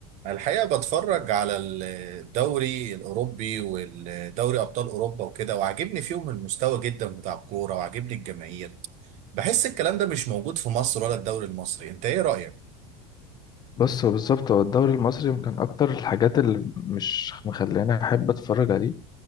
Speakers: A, on the right; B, on the left.
A: الحقيقة بتفرج على الدوري الأوروبي والدوري أبطال أوروبا وكده وعاجبني فيهم المستوى جدا بتاع الكورة وعاجبني الجماهير بحس الكلام ده مش موجود في مصر ولا الدوري المصري أنت إيه رأيك؟
B: بص هو بالظبط هو الدوري المصري يمكن أكتر الحاجات اللي مش مخلاني أحب أتفرج عليه